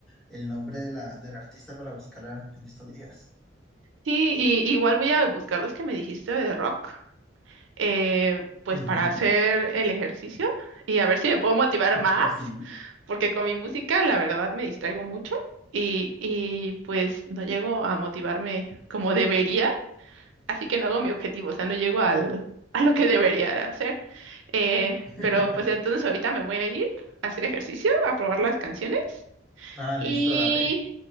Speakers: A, in the centre; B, on the right (about 90°).
A: el nombre de la, del artista para buscarla en estos días.
B: Sí, y igual voy a buscar los que me dijiste de rock, eh, pues
A: Ujú,
B: para hacer el ejercicio y a ver si me puedo motivar más,
A: Pues Sí.
B: porque con mi música la verdad me distraigo mucho y, y pues no llego a motivarme como debería así que no hago mi objetivo, o sea, no llego al, a lo que debería hacer. Eh,
A: <laughs>
B: pero pues entonces ahorita me voy a ir a hacer ejercicio, a probar las canciones
A: Ah,
B: y,
A: listo, dale.